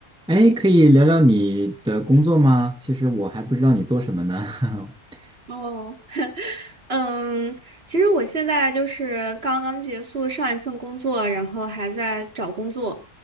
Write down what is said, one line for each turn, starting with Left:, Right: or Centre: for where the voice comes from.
Centre: 哎，可以聊聊你的工作吗？其实我还不知道你做什么呢。<laughs>
Right: 哦，嗯，其实我现在就是刚刚结束上一份工作，然后还在找工作，